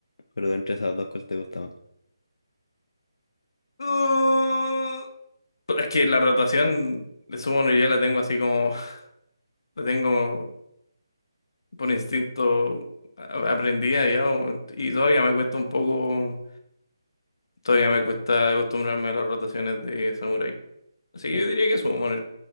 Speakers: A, on the left; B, on the left.
A: Pero de entre esas dos, ¿cuál te gusta más?
B: Mm, pero es que la rotación de Summoner ya la tengo así como, <laughs> la tengo por instinto a- aprendida ya, po, y todavía me cuesta un poco, todavía me cuesta acostumbrarme a las rotaciones de Samurai. Así que
A: Sí.
B: yo diría que Summoner.